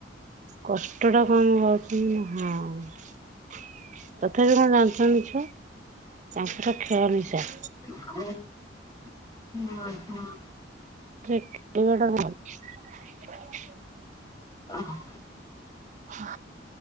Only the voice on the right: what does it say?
କଷ୍ଟ ଟା କମ ପାଉଛନ୍ତି ନା ହଁ ତ ତଥାପି କଣ ଜାଣୁଛନ୍ତି ଛୁଆ ତାଙ୍କର ଖେଳ ନିଶା।
ତାପରେ ଖେଳିବା ଟା କଣ।
ହ।